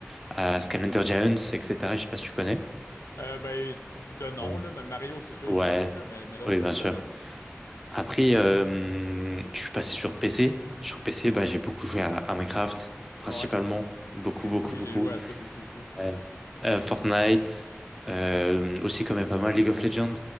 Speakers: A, in the centre; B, on the left.
A: à Skylander Giants, etc. Je sais pas si tu connais.
B: Euh, ben, de nom,
A: Ouais.
B: là. mais Mario, c'est sûr,
A: Ouais,
B: j'ai joué, là, mais, mais l'autre,
A: oui, bien
B: juste
A: sûr.
B: de nom.
A: Après, euh, je suis passé sur PC. Sur PC, bah, j'ai beaucoup joué à, à Minecraft, principalement.
B: Ah ouais.
A: Beaucoup, beaucoup,
B: <laughs> Oui,
A: beaucoup.
B: j'ai joué à ça beaucoup aussi.
A: Ouais. Euh, Fortnite, euh, aussi quand même pas mal League of Legends.